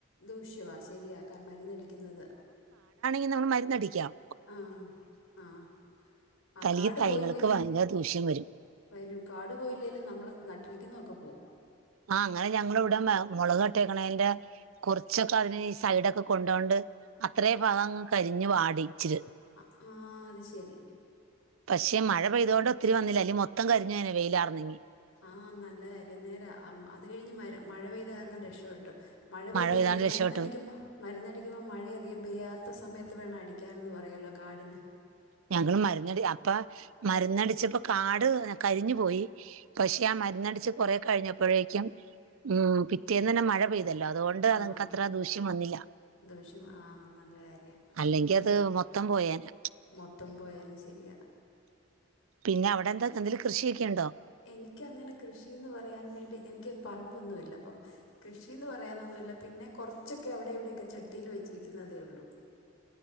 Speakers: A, on the left; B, on the right.
A: ദൂശ്യവായ് ശെരിയാ ക മരുന്നടിക്കുന്നത്
B: ഇന്ന് മര്ന്നടിക്കാം.
A: ആഹ് ആഹ് ആഹ്
B: തലി
A: കാടു
B: തൈകൾക്ക്
A: പോയില്ലെങ്കിൽ
B: ഭയങ്കര ദൂഷ്യം വരും
A: വരും കാട് പോയില്ലെല് നമ്മൾ നട്ടിരിക്കുന്ന ഒക്കെ പോവും.
B: ആഹ് അങ്ങനെ ഞങ്ങള് വടെ മ മൊളക് കട്ടേക്കണേന്റെ കുർച്ചൊക്കെ അതിന് സൈഡൊക്കെ കൊണ്ടോണ്ട് അത്ര ഭാഗങ്ങ് കരിഞ്ഞ് വാടിച്ചിര്
A: ആഹ് അത് ശെരി
B: പക്ഷെ മഴ പെയതോണ്ട് ഒത്തിരി വന്നില്ല അല്ലല് മൊത്തം കരിഞ്ഞേനെ വെയിലാർന്നെങ്കി
A: ആഹ് നല്ല അരി നേരം അമ് അത് കഴിഞ്ഞ് മര മഴ പെയ്ത കാരണം രക്ഷ പ്പെട്ട് മഴ പെയ്ത്
B: പെയ്താണ്ട്
A: ഈ
B: രക്ഷപ്പെട്ടു
A: മരുന്നടിക്കുമ്പോൾ മരുന്നടിക്കുമ്പോൾ മഴയ അധികം പെയ്യാത്ത സമയത്ത് ത്ത് വേണം അടിക്കനെന്ന് പറയല്ലോ കാടിന്
B: ഞങ്ങള് മര്ന്നടി അപ്പ മര്ന്നടിച്ചപ്പോ കാട് കരിഞ്ഞു പോയി പക്ഷെ ആ മര്ന്നട്ച്ച് കൊറേ കഴിഞ്ഞപ്പോഴേക്കും ഉം പിറ്റേന്നന്നെ മഴ പെയ് തല്ലോ അതുകൊണ്ട്
A: ആഹ്
B: അതൻക്കത്ര ദൂഷ്യം വന്നില്ല
A: ദൂഷ്യം ആഹ് നല്ല കാര്യം
B: അല്ലെങ്കി
A: ഉം
B: അത് മൊത്തം പോയേനെ
A: മൊത്തം പോയേനെ ശെരിയാ
B: പിന്നെ അവിടെന്താ തെന്തേലും കൃഷിയൊക്കെണ്ടോ
A: എനിക്കങ്ങനെ കൃഷീന്ന് പറയാൻ വേണ്ടി എനിക്ക് പറമ്പൊന്നു ഇല്ല അപ്പം കൃഷീന്ന് പറയാനൊന്നുല്ല പിന്നെ കൊറച്ചൊക്കെ അവിടെ ഇവിടെക്കെ ചട്ടീല് വെച്ചിരിക്ക്ന്നതേ ഒള്ളൂ